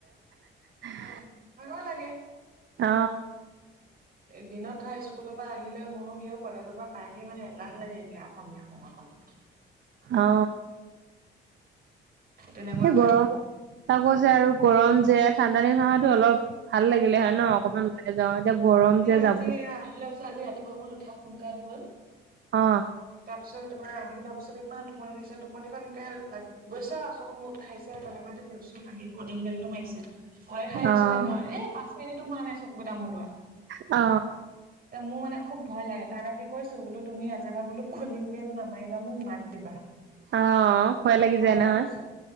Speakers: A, on the right (about 70°); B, on the right (about 50°).
A: <unintelligible>
B: উম ভাগৰ লাগে।
A: অ।
B: দিনত ধৰা স্কুলৰ পৰা আহিলৈ মইও সিও কলেজৰ পৰা পাইহি মানে এলাহ লাগে তেতিয়া। অসমীয়া সময়কন।
A: অ,
B: তেনেকুৱা
A: সেই
B: হয়
A: গৰম তাকো যে আৰু গৰম যে ঠাণ্ডা দিন <unintelligible> অলপ। ভাল লাগিলে
B: অ
A: হয় নহ অকমান ওলাই যাওঁ এতিয়া গৰম
B: তেতিয়া
A: যে যাব
B: <unintelligible> আজি ৰাতিপুৱা সময়ত উঠা সোনকাল হ'ল
A: অ
B: তাৰ পিছত তোমাৰ আহি লোৱা পিছত ইমান টোপনি ধৰিছে টোপনিখন এনেকে লাগে গৈছা চকুত মুট খাইছে তেনেকুৱাতে তিউচন আহি কলিং বেলটো মাৰিছে ভয় খাই
A: অ',
B: গৈছোগে মই এ পাঁচ মিনিটো হোৱা নাই চকুটো মোদোৱা
A: অ
B: ত মোৰানে খুব ভয় লাগে তাক আজি কৈছো বোলো তুমি নাজাবা বলো খলিং বেল নামাৰিবা মোক মাত দিবা
A: অ ভয় লাগি
B: ভয়তে
A: যায় নহয়।
B: কৈছো